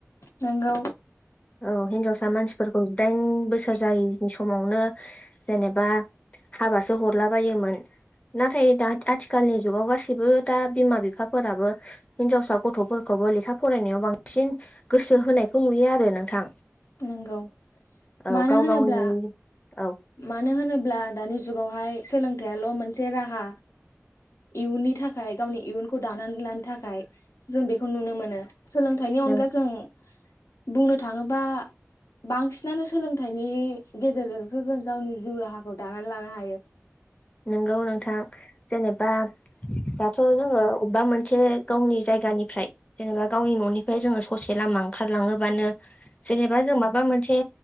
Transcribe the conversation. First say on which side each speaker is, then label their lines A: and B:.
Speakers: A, on the left; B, on the left.
A: नंगौ
B: औ हिनजावसा मानसिफोरखौ जिदाइन बोसोर जायैनि समावनो जेनेबा हाबासो हरला बायोमोन नाथाय दा आथिखालनि जुगाव गासैबो दा बिमा बिफाफोराबो हिनजावसा गथ'फोरखौबो लेखा फरायनायाव बांसिन गोसो होनायखौ नुयो आरो नोंथां
A: नंगौ
B: औ
A: मानो
B: गाव
A: होनोब्ला
B: गावनि औ
A: मानो होनोब्ला दानि जुगावहाय सोलोंथाइयाल' मोनसे राहा इयुननि थाखाय गावनि इयुनखौ दानानै लानो थाखाय जों बेखौ नुनो मोनो सोलोंथाइनि
B: नों
A: अनगा जों बुंनो थाङोबा बांसिनानो सोलोंथाइनि गेजेरजों ो जों गावनि जिउ राहाखौ दानानै लानो हायो
B: नोंगौ नोंथां जेनेबा दाथ' जोङो अबेबा मोनसे गावनि जायगानिफ्राय जेनेबा गावनि न'निफ्राय जोङो ससे लामा ा ओंखारलाङोबानो जेनेबा जों माबा मोनसे